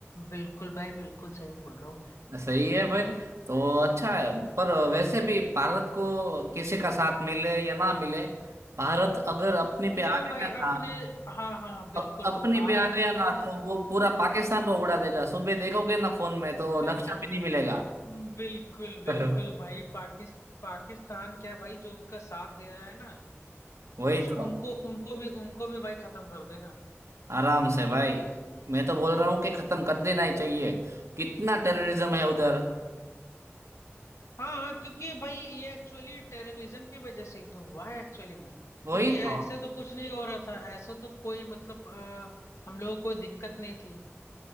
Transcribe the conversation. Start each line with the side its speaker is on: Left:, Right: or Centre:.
Left: बिल्कुल भाई बिल्कुल सही बोल रहा हूँ मैं
Right: सही है फिर तो अच्छा है पर वैसे भी भारत को किसी का साथ मिले या ना मिले भारत अगर अपने
Left: वो
Right: पे आ गया
Left: भाई
Right: ना
Left: अपने हाँ हाँ बिल्कुल
Right: अप, अपने
Left: भारत
Right: पे आ गया
Left: भाई
Right: ना
Left: खुद
Right: तो वो पूरा पाकिस्तान को उड़ा देगा सुबह देखोगे ना फोन में तो
Left: <laughs>
Right: नक्शा भी नहीं मिलेगा
Left: बिल्कुल बिल्कुल
Right: <laughs>
Left: भाई पाकिस्तान पाकिस्तान क्या भाई जो उनका साथ दे रहा है ना
Right: वही
Left: उस
Right: तो
Left: उनको उनको भी उनको भी भाई खत्म कर देगा
Right: आराम से भाई मैं तो बोल रहा हूँ कि खत्म कर देना ही चाहिए कितना टेररिज्म है उधर
Left: हाँ हाँ क्योंकि भाई ये एक्चुअली टेररिज्म की वजह से ही तो हुआ है एक्चुअली में क्योंकि
Right: वही तो,
Left: ऐसे तो कुछ नहीं हो रहा था ऐसे तो कोई मतलब अ, हम लोगों को कोई दिक्कत नहीं थी